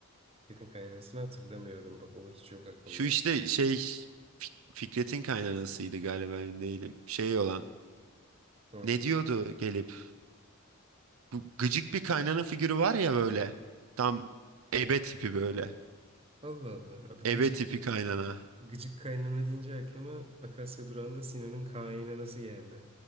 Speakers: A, on the right (about 30°); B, on the right (about 80°).
A: Fikret'in kaynanasını hatırlamıyorum. Bak o hiç yok aklımda.
B: Şu işte şey Fik- Fikret'in kaynanasıydı galiba emin değilim. Şey olan
A: Hı.
B: ne diyordu gelip? Bu gıcık bir kaynana figürü var ya böyle. Tam ebe tipi böyle.
A: Allah Allah. Abi gıcık
B: Ebe tipi kaynana.
A: gıcık kaynana deyince aklıma Akasya Durağı'nda Sinan'ın kaynanası geldi.